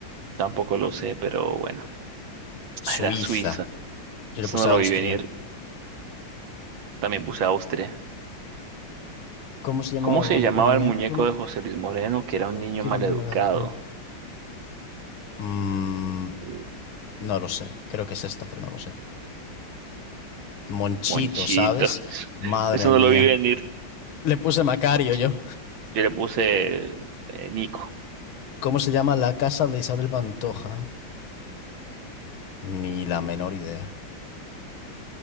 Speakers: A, on the right; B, on the left.
A: tampoco lo sé, pero bueno. Ah,
B: Suiza.
A: Era Suiza.
B: Yo
A: Eso
B: le puse
A: no lo
B: Austria.
A: vi venir. También puse Austria.
B: ¿Cómo se llamaba
A: ¿Cómo
B: el,
A: se
B: mu-
A: llamaba
B: el muñeco?
A: el muñeco de José Luis Moreno, que era un niño
B: Quiero
A: maleducado?
B: niño llamado acá. Mm,
A: Uh,
B: no lo sé. Creo que es esta, pero no lo sé. Monchito,
A: Monchito.
B: ¿sabes? Madre
A: <laughs> Eso no
B: mía.
A: lo vi venir.
B: Le puse Macario
A: Monchito.
B: yo.
A: Yo le puse eh, Nico.
B: ¿Cómo se llama la casa de Isabel Pantoja? Ni la menor idea.